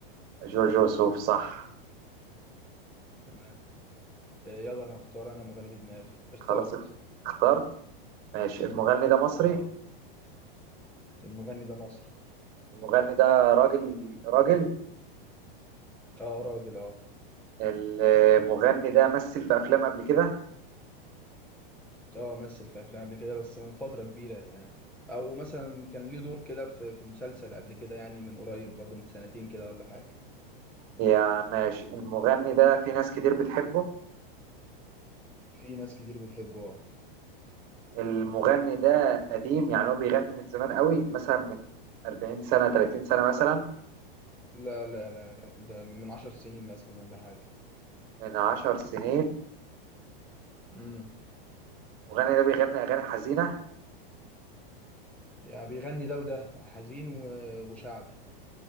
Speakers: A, on the right; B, in the centre.
A: جورج وسوف صح
B: تمام آه، يلا انا هختار انا مغني في دماغي اخترت
A: خلاص اخترت ماشي المغني ده مصري
B: اه المغني ده مصري
A: المغني ده راجل راجل
B: اه راجل اه
A: المغني ده مثل في افلام قبل كده
B: اه مثل في افلام قبل كده بس من فتره كبيره يعني او مثلا كان ليه دور كده في في مسلسل قبل كده يعني من قريب برضه من سنتين كده ولا حاجه
A: يا ماشي المغني ده في ناس كتير بتحبه
B: في ناس كتير بتحبه اه
A: المغني ده قديم يعني هو بيغني من زمان قوي مثلا من 40 سنة 30 سنة مثلا
B: لا لا لا لا ده من عشر سنين مثلا ولا حاجه
A: من 10 سنين
B: امم
A: المغني ده بيغني أغاني حزينة
B: يعني بيغني ده وده حزين و- وشعبي